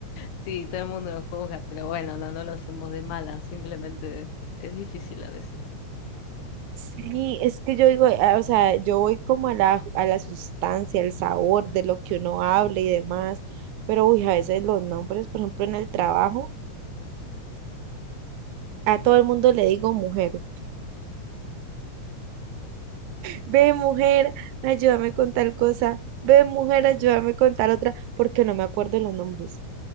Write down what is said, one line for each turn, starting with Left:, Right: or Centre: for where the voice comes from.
Left: Sí, todo el mundo lo juzga, pero bueno, no, no lo hacemos de mala, simplemente es difícil a veces.
Right: Sí, es que yo digo, ah, o sea, yo voy como a la, a la sustancia, el sabor de lo que uno habla y demás, pero uy, a veces los nombres, por ejemplo, en el trabajo, a todo el mundo le digo mujer, ve mujer, ayúdame con tal cosa, ve mujer, ayúdame con tal otra, porque no me acuerdo los nombres,